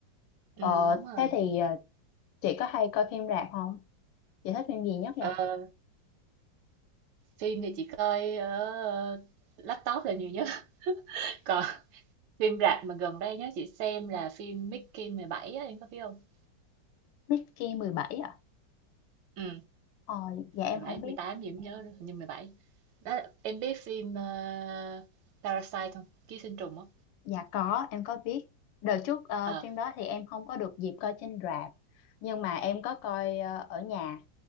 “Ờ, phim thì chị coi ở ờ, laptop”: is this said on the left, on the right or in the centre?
Right